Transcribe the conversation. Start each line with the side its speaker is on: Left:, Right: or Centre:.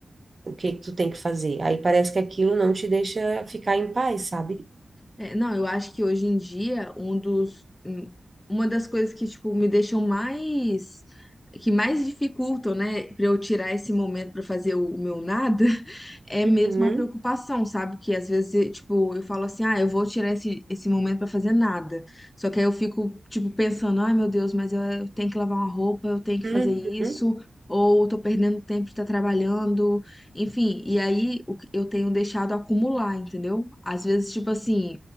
Right: o que que tu tem que fazer. Aí parece que aquilo não te deixa ficar em paz, sabe?
Left: É, não, eu acho que hoje em dia um dos um- uma das coisas que tipo me deixam mais que mais dificultam, né, para eu tirar esse momento para fazer o meu nada, <laughs> é
Right: Uhum,
Left: mesmo a preocupação, sabe? Que às vezes, eh, tipo, eu falo assim, ah, eu vou tirar esse, esse momento para fazer nada. Só que aí eu fico, tipo, pensando, ai meu Deus, mas eu, eu tenho que lavar uma roupa, eu tenho que
Right: uhum,
Left: fazer isso, ou eu tô perdendo tempo de estar trabalhando, enfim. E aí o que eu tenho deixado acumular, entendeu? Às vezes, tipo assim